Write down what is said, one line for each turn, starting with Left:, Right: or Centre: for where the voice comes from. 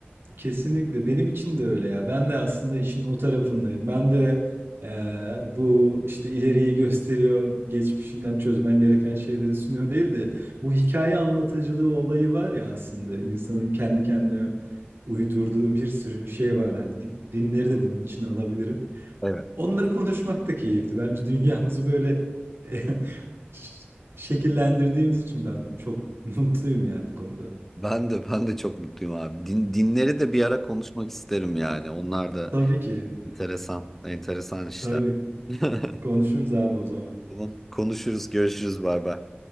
Right: Kesinlikle benim için de öyle ya. Ben de aslında işin o tarafındayım. Ben de eee, bu işte ileriyi gösteriyor, geçmişinden çözmen gereken şeyleri sunuyor değil de bu hikaye anlatıcılığı olayı var ya aslında insanın kendi kendine uydurduğu bir sürü bir şey var. Hani di- dinleri de bunun için alabilirim.
Centre: Evet.
Right: Onları konuşmak da keyifli. Bence dünyamızı böyle <laughs> ş- şekillendirdiğimiz için ben çok mutluyum yani bu konuda.
Centre: Ben de ben de çok mutluyum abi. Din, dinleri de bir ara konuşmak isterim yani. Onlar da
Right: Tabii ki.
Centre: enteresan, enteresan işler.
Right: Tabii.
Centre: <laughs>
Right: Konuşuruz abi o zaman.
Centre: Tamam, konuşuruz, görüşürüz, bay bay.